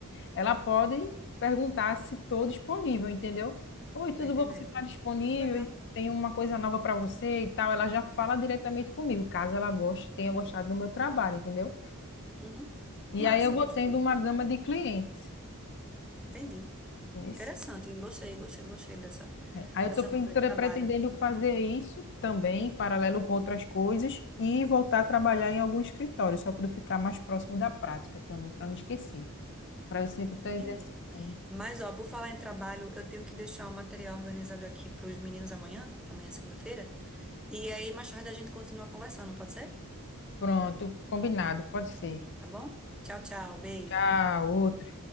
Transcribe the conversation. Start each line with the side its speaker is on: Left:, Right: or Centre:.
Left: Ela pode perguntar se estou disponível, entendeu? Oi, tudo
Centre: tô entendendo.
Left: bom? Você está disponível?
Centre: Que legal.
Left: Tem uma coisa nova para você e tal. Ela já fala diretamente comigo, caso ela goste, tenha gostado do meu trabalho, entendeu?
Centre: Uhum. Massa,
Left: E aí eu vou
Centre: gostei.
Left: tendo uma gama de clientes.
Centre: Entendi.
Left: entendeu?
Centre: Interessante, gostei, gostei, gostei dessa,
Left: Aí eu
Centre: dessa
Left: estou
Centre: forma de trabalho.
Left: pretendendo fazer isso também, em paralelo com outras coisas, e voltar a trabalhar em algum escritório, só para eu ficar mais próximo da prática também, para não esquecer, para eu sempre
Centre: Entendi.
Left: estar exercitando.
Centre: Mas, ó, por falar em trabalho, eu tenho que deixar o material organizado aqui para os meninos amanhã, que amanhã é segunda-feira. E aí, mais tarde a gente continua conversando, pode ser?
Left: Pronto, combinado, pode ser.
Centre: Tá bom? Tchau, tchau. Beijo.
Left: Tchau, outra.